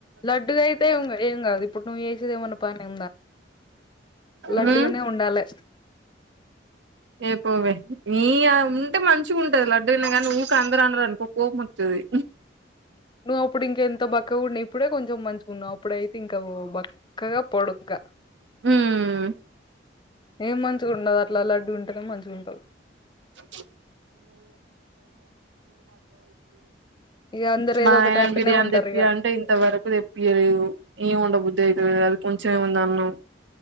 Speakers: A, on the left; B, on the right.
A: లడ్డుగయితే ఉగ ఏం కాదు ఇప్పుడు నువ్వు చేసేదిమన్నా పను ఉందా లడ్డుగనే
B: ఉమ్
A: ఉండాలే
B: ఏ పోవే ఈ ఆ ఉంటే మంచిగుటది లడ్డూగనే గనీ నువ్వు ఊక అందరు అన్నారు అనుకో కోముమొతది ది
A: నువ్వు అప్పుడు ఇంకెంతో బక్క ఉండి ఇప్పుడే కొంచెం మంచికున్నవు అప్పుడయితే ఇంక బక్కగా పొడుగ్గా
B: హ్మ్మ్
A: ఏం మంచిగుండవ్ అట్లా లడ్డుగుంట నె మంచిగా ఉంటావ్
B: <unintelligible>
A: ఇక అందరు
B: మా
A: ఏదో ఒకటి
B: ఆయన
A: అంటనే
B: బిర్యానీ
A: ఉంటారు
B: తెప్పి
A: ఇక
B: అంటే ఇంత వరకు తెప్పిలేదు ఏం ఉండబుద్ధి ఐతే అది కొంచెం ఉంద అన్నం